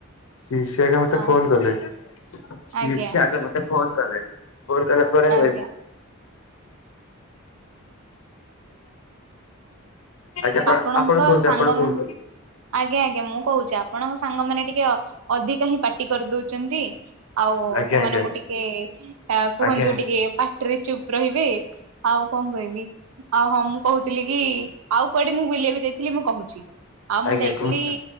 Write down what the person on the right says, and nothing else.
ଆଜ୍ଞା
ଆଜ୍ଞା
ଆଜ୍ଞା
ଆପଣଙ୍କ
ସାଙ୍ଗ
ମାନେ ଆଜ୍ଞା ଆଜ୍ଞା ମୁଁ କହୁଛି ଆପଣଙ୍କ ସାଙ୍ଗମାନେ ଟିକେ ଅଧିକା ହିଁ ପା ପାଟି କରିଦଉଛନ୍ତି ଆଉ
ସେମାନଙ୍କୁ
ଟିକେ କୁହନ୍ତୁ
ଟିକେ ରେ ଚୁପ ରହିବେ ଆଉ କଣ କହିବି ଆଉ ହଁ ମୁଁ କହୁଥିଲି କି ଆଉ କୁଆଡେ ମୁଁ ବୁଲିବାକୁ ଯାଇଥିଲି ମୁଁ କହୁଛି ଆଉ
ମୁଁ ଯାଇଥିଲି।